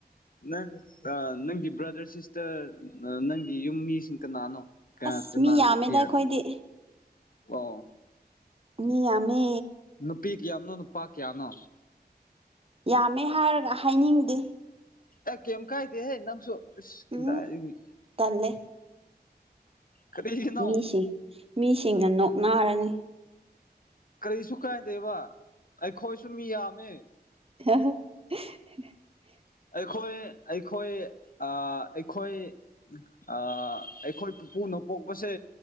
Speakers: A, on the left; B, on the right.
A: ꯅꯪ ꯅꯪꯒꯤ ꯕ꯭ꯔꯗ꯭ꯔ ꯁꯤꯁꯇ꯭ꯔ ꯅꯪꯒꯤ ꯌꯨꯝ ꯃꯤꯁꯤꯡ ꯀꯅꯥꯅꯣ ꯀꯅꯥ
B: ꯑꯁ
A: ꯀꯅꯥ
B: ꯃꯤ ꯌꯥꯝꯃꯦꯗ
A: ꯂꯩ ꯀꯌꯥ
B: ꯑꯩꯈꯣꯏꯗꯤ
A: ꯑꯣ
B: ꯃꯤ ꯌꯥꯝꯃꯦ
A: ꯅꯨꯄꯤ ꯀꯌꯥꯝꯅꯣ ꯅꯨꯄꯥ ꯀꯌꯥꯅꯣ
B: ꯌꯥꯝꯃꯦ ꯍꯥꯏꯔꯒ ꯍꯥꯏꯅꯤꯡꯗꯦ
A: ꯑ ꯀꯦꯝ ꯀꯥꯏꯗꯦꯍꯦ ꯅꯪꯁꯨ ꯏꯁ ꯀꯗꯥꯏꯗꯒꯤ
B: ꯎꯝ ꯇꯜꯂꯦ
A: ꯀꯔꯤꯒꯤꯅꯣ
B: ꯃꯤꯁꯤꯡ ꯃꯤꯁꯤꯡꯅ ꯅꯣꯛꯅꯔꯅꯤ
A: ꯀꯔꯤꯁꯨ ꯀꯥꯏꯗꯦꯕ ꯑꯩꯈꯣꯏꯁꯨꯨꯝ ꯃꯤ ꯌꯥꯝꯃꯦ
B: <unintelligible>
A: ꯑꯩꯈꯣꯏ ꯑꯩꯈꯣꯏ ꯑ ꯑꯩꯈꯣꯏ ꯑ ꯑꯩꯈꯣꯏ ꯄꯨꯨꯅ ꯄꯣꯛꯄꯁꯦ